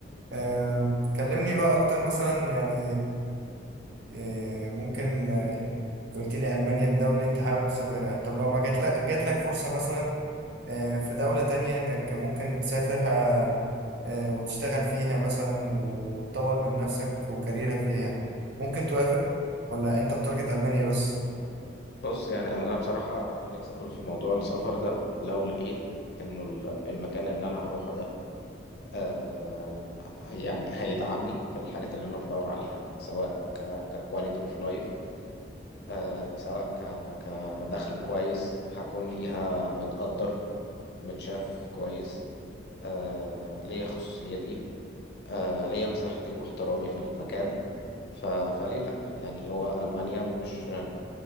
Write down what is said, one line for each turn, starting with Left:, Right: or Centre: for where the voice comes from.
Right: آه كلمني بقى أكتر مثلا يعني إيه، ممكن آه، انت قلت لي ألمانيا الدولة اللي أنت حابب تسافرها طب لو ما جات لك جات لك فرصة مثلا آه، في دولة تانية إنك ممكن تسافرها آه، وتشتغل فيها مثلا وتطور من نفسك وكاريرك فيها ممكن توافق ولا أنت بتارجت ألمانيا بس؟
Left: بص يعني انا بصراحه فليكسبل في موضوع السفر ده لو لقيت انه ال- المكان اللي انا هروحه ده آه هي- يعني هيدعمني في الحاجات اللي انا بدور عليها سواء ك ككواليتي اوف لايف آه سواء ك كدخل كويس هكون فيها متقدر متشاف كويس آه ليا خصوصيتي آه ليا مساحتي واحترامي في المكان ف... فليه لا يعني هو ألمانيا مش